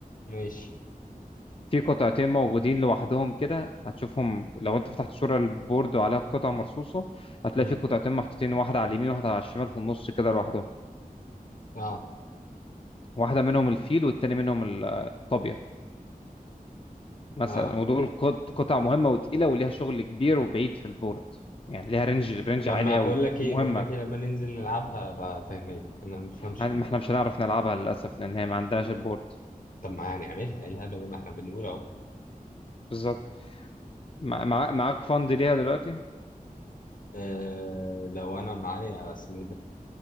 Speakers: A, on the left; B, on the left.
A: ماشي
B: في قطعتين موجودين لوحدهم كده هتشوفهم لو انت فتحت صورة البورد وعليها قطع مرصوصة هتلاقي
A: امم
B: في قطعتين محطوطين واحدة على اليمين واحدة على الشمال في النص كده لوحدهم
A: اه
B: واحدة منهم الفيل والتاني منهم ال- الطابية مثلا
A: اه
B: ودول قط- قطع مهمة وتقيلة وليها شغل كبير وبعيد في البورد يعني ليها رينج رينج
A: لما
B: عالي قوي
A: بقول لك ايه
B: ومهمة
A: بقول لك إيه لما ننزل نلعبها بقى فاهمك انا ما بفهمش
B: يعني
A: كده
B: ما احنا مش هنعرف نلعبها للأسف لأن هي ما عندناش البورد
A: طب ما هنعملها ايه الهبل ده ما احنا بنقول اهو
B: بالظبط مع- مع- معاك فند ليها دلوقتي
A: آه لو انا معايا اسمه ايه ده